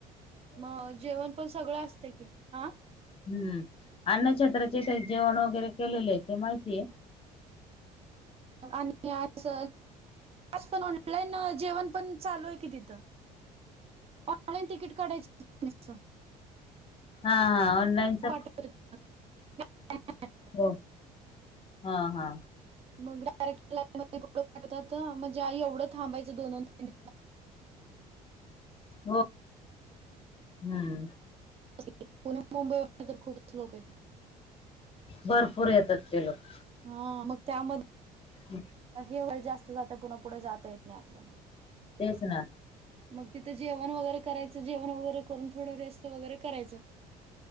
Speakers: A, on the right (about 30°); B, on the left (about 25°).
A: मग जेवण पण सगळं असत की हा-
B: हम्म. अन्नछत्राचे इथं जेवण वगैरे केलेले आहे, ते माहितीये.
A: आणि आजच <inaudible> जेवण पण चालू आहे की तिथं. ऑनलाईन तिकीट काढायच <inaudible>
B: हा. ऑनलाईन बघ.
A: <unintelligible>
B: हो. हा हा.
A: मग डायरेक्टर लाईन मध्ये पाठवत्यात. म्हणजे आई एवढं थांबायचं दोन अन तीन
B: हो हम्म
A: <unintelligible> <unintelligible> पुणे मुंबईमधुन तर खूपच लोक येत.
B: भरपूर येतात ते लोक-
A: हा. मग त्यामध्ये
B: हम्म. <unintelligible>
A: हे वय जास्त जातंय, पुन्हा पूढ जाता येत नाही आपल्याला.
B: तेचं ना.
A: मग तिथं जेवण वगैरे करायचं. जेवण वगैरे करून थोडं रेस्ट वगैरे करायचं.